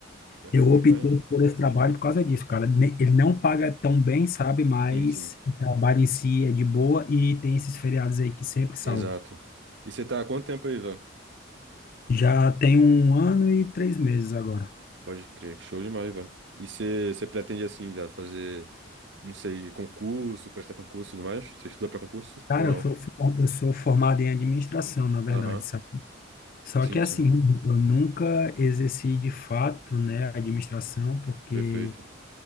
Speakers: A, on the right; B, on the left.
A: Pior
B: Eu
A: que é bom
B: optei
A: demais.
B: por esse trabalho por causa disso, cara. Ne- Ele não paga tão bem, sabe? Mas
A: Sim, sim.
B: o trabalho em si é de boa e tem esses feriados aí que sempre salva.
A: Exato. E você tá há quanto tempo aí, velho?
B: Já tem um ano e três meses agora.
A: Pode crer, show demais, velho. E você você pretende, assim, velho, fazer, não sei, concurso, prestar concurso e tudo mais? Você estuda pra concurso
B: Cara,
A: ou não?
B: eu sou, for- eu sou formado em administração, na verdade,
A: Aham.
B: sabe? Só
A: Sim,
B: que assim,
A: sim.
B: eu nunca exerci de fato, né, a administração, porque,
A: Perfeito.